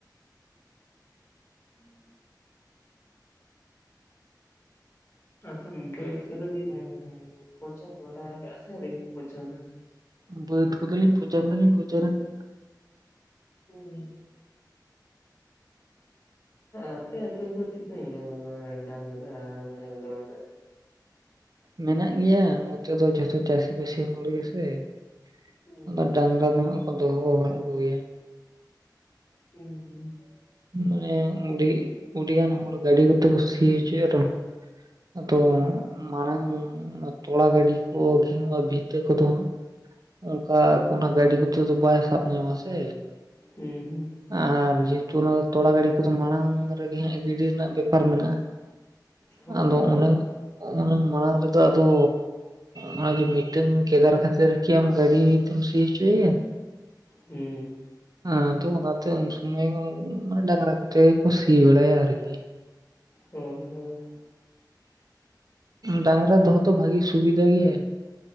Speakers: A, on the left; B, on the right.
A: <inaudible> ᱟᱫᱚ ᱠᱷᱮᱛ ᱠᱚᱫᱚ ᱵᱤᱱ ᱯᱚᱪᱟᱱ ᱵᱟᱲᱟ ᱠᱟᱜᱼᱟ ᱥᱮ ᱟᱹᱣᱨᱤᱵᱤᱱ ᱯᱚᱪᱟᱱᱟ?
B: ᱵᱟᱹᱫᱽ ᱠᱚᱫ ᱞᱤᱧ ᱯᱚᱪᱟᱱ ᱫᱚ ᱞᱤᱧ ᱯᱚᱪᱟᱱ ᱠᱟᱜ
A: ᱦᱩᱸ᱾ ᱟᱯᱮ ᱟᱛᱩ ᱨᱮᱫᱚ ᱛᱤᱱᱟᱹ ᱜᱟᱱ ᱚᱱᱟ ᱰᱟᱝᱨᱟ ᱱᱟᱦᱮᱞ ᱫᱚ ᱢᱮᱱᱟᱜᱼᱟ?
B: ᱢᱮᱱᱟᱜ ᱜᱮᱭᱟ ᱱᱚᱛᱮ ᱫᱚ ᱡᱷᱚᱛᱚ ᱪᱟᱹᱥᱤᱵᱟᱹᱥᱤ ᱦᱚᱲ ᱜᱮᱥᱮ᱾ <inaudible>
A: ᱦᱩᱸ
B: ᱟᱫᱚ ᱰᱟᱝᱨᱟ ᱫᱚ ᱦᱟᱸᱜ ᱠᱚ ᱫᱚᱦᱚ ᱟᱠᱟᱫ ᱠᱚᱜᱮᱭᱟ ᱾
A: ᱦᱩᱸ ᱦᱩᱸ ᱾
B: ᱢᱟᱱᱮ ᱤᱰᱤ ᱩᱰᱤᱭᱟᱱ ᱦᱚᱲ ᱜᱟᱹᱰᱤ ᱠᱚᱛᱮ ᱠᱚ ᱥᱤ ᱦᱚᱪᱚᱭᱮᱜ ᱨᱮᱦᱚ ᱛᱚ ᱢᱟᱲᱟᱝ ᱛᱚᱲᱟ ᱜᱟᱹᱰᱤ ᱠᱚ ᱠᱤᱢᱵᱟ ᱵᱷᱤ ᱛᱟᱹ ᱠᱚ ᱫᱚ <inaudible> ᱚᱱᱠᱟ ᱚᱱᱟ ᱜᱟᱹᱰᱤ ᱠᱚᱛᱮ ᱫᱚ ᱵᱟᱭ ᱥᱟᱵ ᱧᱟᱢ-ᱟ ᱥᱮ ᱾
A: ᱦᱩᱸ ᱦᱩᱸ ᱾
B: ᱟᱨ ᱡᱮᱦᱩᱛᱩ ᱚᱱᱟ ᱛᱚᱲᱟ ᱜᱟᱹᱰᱤ ᱠᱚ ᱛᱚ ᱢᱟᱲᱟᱝ ᱨᱮᱜᱮ ᱦᱟᱸᱜ ᱜᱤᱤᱰᱤ ᱨᱮᱱᱟᱜ ᱵᱮᱯᱟᱨ ᱢᱮᱱᱟᱜ-ᱟ <inaudible>
A: ᱦᱳᱭ
B: ᱟᱫᱚ
A: ᱦᱳᱭ
B: ᱚᱱᱟ ᱚᱱᱟ ᱢᱟᱲᱟᱝ ᱨᱮᱫᱚ ᱟᱫᱚ ᱱᱚᱜᱚᱭ ᱡᱮ ᱢᱤᱫ ᱴᱮᱝ ᱠᱮᱫᱟᱨ ᱠᱷᱟᱹᱛᱤᱨ ᱠᱤ ᱟᱢ ᱜᱟᱹᱰᱤ ᱛᱮᱢ ᱥᱤ ᱦᱚᱪᱚ ᱮᱭᱟ᱾
A: ᱦᱮᱸ ᱾
B: ᱟᱫᱚ ᱚᱱᱟᱛᱮ ᱩᱱ ᱥᱩᱢᱚᱭ ᱢᱟᱱᱮ ᱰᱟᱝᱨᱟ ᱠᱚᱛᱮ ᱠᱚ ᱥᱤ ᱵᱟᱲᱟᱭᱟ ᱟᱨᱠᱤ ᱾
A: ᱦᱳᱭ ᱦᱳᱭ ᱾
B: ᱰᱟᱝᱨᱟ ᱫᱚᱦᱚ
A: ᱟᱨ
B: ᱛᱚ ᱵᱷᱟᱜᱤ ᱥᱩᱵᱤᱫᱷᱟ ᱜᱮᱭᱟ᱾